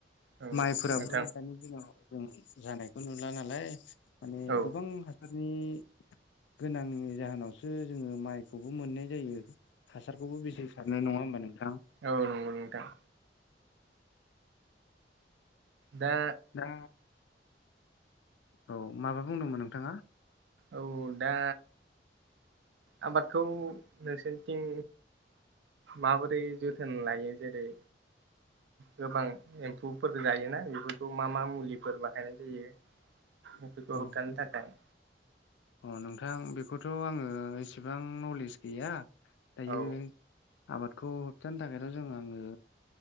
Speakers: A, on the right; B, on the left.
A: औ
B: माइफोराबो
A: नोंथां
B: दानि दिनाव जों जानायखौ नुला नालाय माने
A: औ
B: गोबां हासारनि गोनांनि जाहोनावसो जोङो माइखौबो मोननाय जायो हासारखौबो बेसे सारनो नङा होमबा नोंथाङा
A: औ नंगौ नंथां दा
B: दा औ माबा बुंदोंमोन नोंथाङा
A: औ दा आबादखौ नोंसोरनिथिं माबोरै जोथोन लायो जेरै गोबां एम्फौफोर जायोना बेफोरखौ मा मा मुलिफोर बाहायनाय जायो
B: <inaudible>
A: <unintelligible> खौ
B: अ
A: होखारनो थाखाय
B: अ नोंथां बेखौथ' आङो एसेबां नलेज गैया दायो
A: औ
B: आबादखौ होबथानो थाखायथ' जों आङो